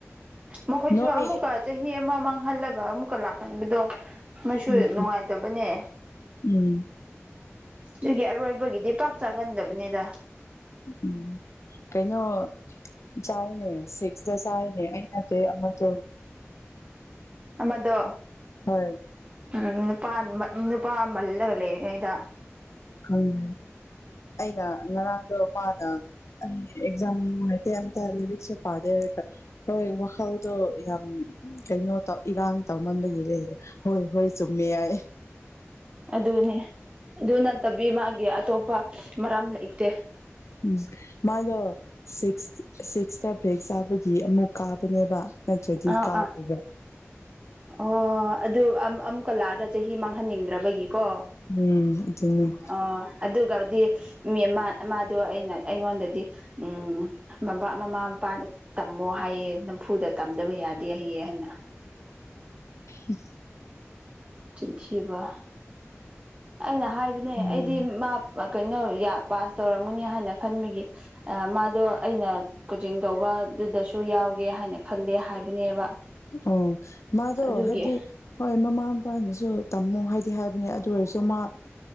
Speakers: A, on the right; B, on the left.
A: ꯃꯈꯣꯏꯁꯨ
B: ꯅꯣꯏ
A: ꯑꯃꯨꯛꯀ ꯆꯍꯤ ꯑꯃ ꯃꯥꯡꯍꯜꯂꯒ ꯑꯃꯨꯛꯀ ꯂꯥꯛꯍꯟꯕꯗꯣ ꯃꯁꯨ
B: ꯎꯝ
A: ꯅꯨꯡꯉꯥꯏꯇꯕꯅꯦ
B: ꯎꯝ
A: ꯑꯗꯨꯒꯤ ꯑꯔꯣꯏꯕꯒꯤꯗꯤ ꯄꯥꯛ ꯆꯥꯒꯟꯗꯕꯅꯤꯗ
B: ꯎꯝ ꯀꯩꯅꯣ ꯆꯥꯔꯅ ꯁꯤꯁꯇ ꯆꯥꯏꯅꯦ ꯑꯩꯅꯠꯇ ꯑꯃꯠꯇꯣ
A: ꯑꯃꯗꯣ
B: ꯍꯣꯏ
A: ꯎꯝ ꯅꯨ ꯅꯨꯄꯥ ꯃꯜꯂꯒ ꯂꯩꯔꯤꯉꯩꯗ
B: ꯈꯪꯉꯦ ꯑꯩꯅ ꯉꯔꯥꯡꯗꯣ ꯃꯥꯅ ꯑꯦꯛꯖꯥꯝ ꯍꯥꯏ ꯑꯇ ꯂꯤꯔꯤꯛꯁ ꯄꯥꯗꯦ ꯍꯣꯏ ꯋꯥꯈꯜꯗꯣ ꯌꯥꯝ ꯀꯩꯅꯣ ꯇꯧ ꯏꯔꯥꯡ ꯇꯧꯃꯟꯕꯒꯤ ꯍꯣꯏ ꯍꯣꯏ ꯆꯨꯝꯃꯦ ꯌꯥꯏ
A: ꯑꯗꯨꯅꯦ ꯑꯗꯨ ꯅꯠꯇꯕꯤ ꯃꯥꯒꯤ ꯑꯇꯣꯞꯄ ꯃꯔꯝ ꯂꯩꯇꯦ
B: ꯎꯝ ꯃꯥꯗꯣ ꯁꯤꯛꯁ ꯁꯤꯛꯁꯇ ꯦꯛ ꯆꯥꯕꯒꯤ ꯑꯃꯨꯛ ꯀꯥꯕꯅꯦꯕ ꯅꯠꯇ꯭ꯔꯗꯤ
A: ꯑ
B: ꯀꯥꯗꯕ
A: ꯑꯥ ꯑꯣ ꯑꯗꯨ ꯑꯃꯨꯛꯀ ꯂꯥꯛꯑꯗ ꯆꯍꯤ ꯃꯥꯡꯍꯟꯅꯤꯡꯗ꯭ꯔꯕꯒꯤꯀꯣ
B: ꯎꯝ
A: ꯑꯣ ꯑꯗꯨꯒꯗꯤ ꯃꯤ ꯃꯥꯗꯣ ꯑꯩꯅ ꯑꯩꯉꯣꯟꯗꯗꯤ ꯎꯝ ꯃ ꯃꯃꯥ ꯃꯄꯥꯅ ꯇꯝꯃꯣ ꯍꯥꯏꯌꯦ ꯅꯝꯐꯨꯗ ꯇꯝꯗꯕ ꯌꯥꯗꯦ ꯍꯌꯦ ꯍꯥꯏꯅ
B: ꯎ
A: ꯆꯊꯕ ꯑꯩꯅ ꯍꯥꯏꯕꯅꯦ
B: ꯎꯝ
A: ꯑꯩꯗꯤ ꯃꯥ ꯀꯩꯅꯣ ꯄꯥꯁ ꯇꯧꯔꯝꯒꯅꯤ ꯍꯥꯏꯅ ꯈꯟꯕꯒꯤ ꯃꯥꯗꯣ ꯑꯩꯅ ꯀꯣꯆꯤꯡ ꯇꯧꯕ ꯑꯗꯨꯗꯁꯨ ꯌꯥꯎꯒꯦ ꯍꯥꯏꯅ ꯈꯜꯂꯦ ꯍꯥꯏꯕꯅꯦꯕ
B: ꯑꯣ ꯃꯥꯗꯣ
A: ꯑꯗꯨꯒꯤ
B: ꯍꯥꯏꯕꯗꯤ ꯍꯣꯏ ꯃꯃꯥ ꯏꯄꯥꯅꯁꯨ ꯇꯝꯃꯨ ꯍꯥꯏꯗꯤ ꯍꯥꯏꯕꯅꯦ ꯑꯗꯨ ꯑꯣꯏꯔꯁꯨ ꯃꯥ